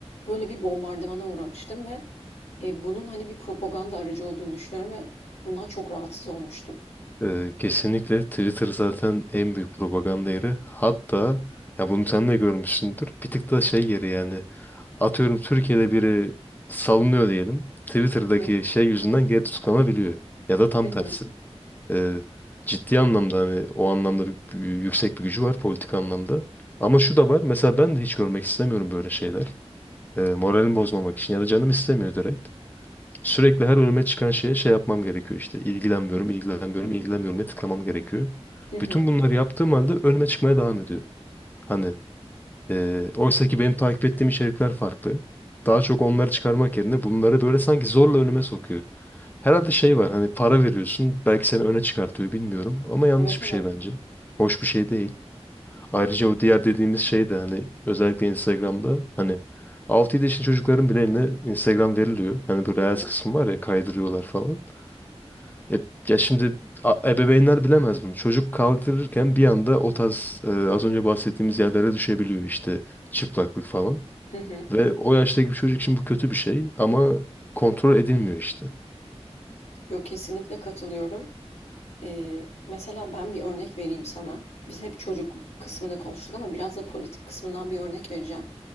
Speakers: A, on the left; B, on the left.
A: böyle bir bombardımana uğramıştım ve e, bunun hani bir propaganda aracı olduğunu düşünüyorum ve bundan çok rahatsız olmuştum.
B: Ee, kesinlikle Twitter zaten en büyük propaganda yeri. Hatta ya bunu sen de görmüşsündür. Bir tık da şey yeri yani. Atıyorum Türkiye'de biri salınıyor diyelim. Twitter'daki
A: Hı hı,
B: şey yüzünden geri tutuklanabiliyor. Ya da tam
A: hı hı.
B: tersi. Ee, ciddi anlamda hani o anlamda bir- bir- yüksek bir gücü var politik anlamda. Ama şu da var. Mesela ben de hiç görmek istemiyorum böyle şeyler. Ee, moralimi bozmamak için ya da canım istemiyor direkt. Sürekli her önüme çıkan şeye şey yapmam gerekiyor işte. İlgilenmiyorum, ilgilenmiyorum, ilgilenmiyorum diye tıklamam gerekiyor.
A: Hı hı.
B: Bütün bunları yaptığım halde önüme çıkmaya devam ediyor. Hani ee, oysa ki benim takip ettiğim içerikler farklı. Daha çok onları çıkarmak yerine bunları böyle sanki zorla önüme sokuyor. Herhalde şey var hani para veriyorsun belki seni öne çıkartıyor bilmiyorum ama yanlış
A: Evet evet.
B: bir şey bence. Hoş bir şey değil. Ayrıca o diğer dediğimiz şey de hani özellikle Instagram'da hani altı 7 yaşındaki çocukların bile eline Instagram veriliyor. Hani bu
A: Hı
B: Reels
A: hı,
B: kısmı var ya kaydırıyorlar falan. Ya, ya şimdi a- ebeveynler bilemez bunu. Çocuk kaldırırken bir anda o tarz e, az önce bahsettiğimiz yerlere düşebiliyor işte çıplaklık falan.
A: hı hı.
B: Ve o yaştaki bir çocuk için bu kötü bir şey ama kontrol edilmiyor işte.
A: Yok kesinlikle katılıyorum. Ee, mesela ben bir örnek vereyim sana. Biz hep çocuk kısmını konuştuk ama biraz da politik kısmından bir örnek vereceğim.